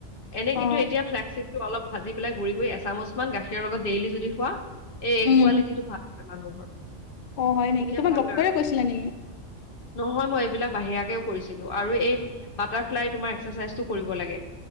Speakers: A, on the left (about 45°); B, on the left (about 65°).
A: এনে
B: অ
A: কিন্তু এতিয়া ফ্লেক চিডটো অলপ ভাজি পেলাই গুৰি কৰি এচামুচ মান গাখীৰৰ লগত ডেইলি যদি খোৱা এ
B: উম
A: কোৱালিটিটো ভাল মানুহৰ।
B: অ হয় নেকি
A: এতিয়া
B: তোমাক
A: ভাল
B: ডক্তৰে
A: আৰু,
B: কৈছিলে নেকি
A: নহয় মই বিলাক বাহিৰাকেও কৰিছিলো আৰু এই বাটাৰ ফ্লাই তোমাৰ এক্সাৰচাইজটো কৰিব লাগে।